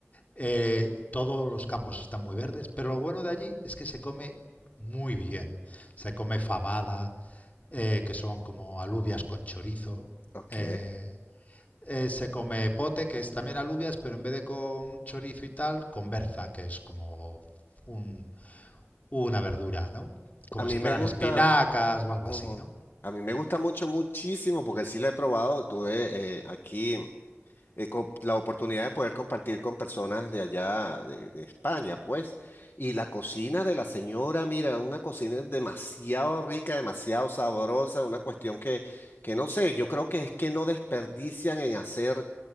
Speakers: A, on the left; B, on the left.
A: Eh, todos los campos están muy verdes, pero lo bueno de allí es que se come muy bien. Se come fabada, eh, que son como alubias con chorizo,
B: Ok.
A: eh, eh, se come pote, que es también alubias, pero en vez de con chorizo y tal, con berza, que es como un- una verdura, ¿no? Como
B: A mí
A: si fueran
B: me gusta,
A: espinacas o algo
B: ujú.
A: así, ¿no?
B: A mí me gusta mucho, muchísimo, porque sí la he probado. Tuve eh, aquí eh, co- la oportunidad de poder compartir con personas de allá, de, de España, pues. Y la cocina de la señora, mira, una cocina demasiado rica, demasiado sabrosa, una cuestión que, que no sé, yo creo que es que no desperdician en hacer